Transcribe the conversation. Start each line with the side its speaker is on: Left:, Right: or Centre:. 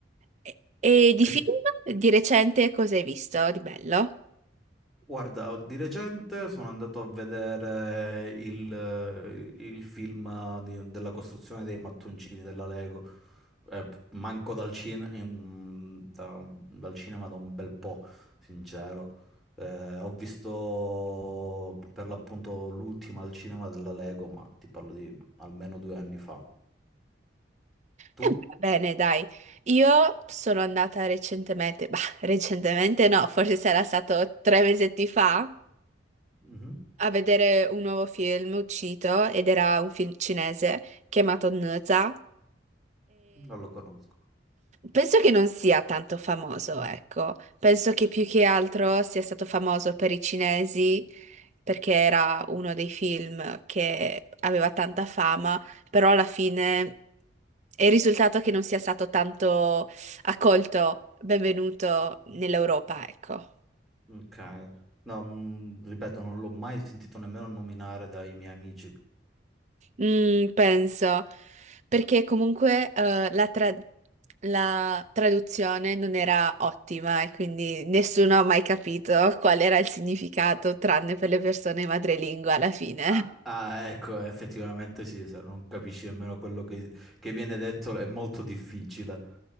Right: E, e di
Centre: E
Right: film di recente cosa hai visto di bello?
Centre: Guarda, di recente sono andato a vedere il, eh, il film di- della costruzione dei mattoncini della Lego. Eh, manco dal, cin- in- da- dal cinema da un bel po', sincero. Eh, ho visto per l'appunto l'ultima al cinema della Lego, ma ti parlo di almeno due anni fa. Tu?
Right: Eh, Bene, dai, io sono andata recentemente, bah, <laughs> recentemente no, forse sarà stato tre mesetti fa,
Centre: Mhm,
Right: a vedere un nuovo film uscito ed era un film cinese chiamato Nza
Centre: Non lo conosco.
Right: Penso che non sia tanto famoso, ecco. Penso che più che altro sia stato famoso per i cinesi perché era uno dei film che aveva tanta fama, però alla fine è il risultato che non sia stato tanto accolto, benvenuto nell'Europa, ecco.
Centre: Ok. No, mm, ripeto, non l'ho mai sentito nemmeno nominare dai miei amici.
Right: Mm, penso, perché comunque eh, la, tra- la traduzione non era ottima e quindi nessuno ha mai capito qual era il significato, tranne per le persone madrelingua alla fine.
Centre: Ah, ah, ecco, effettivamente sì, se non capisci nemmeno quello che, che viene detto è molto difficile.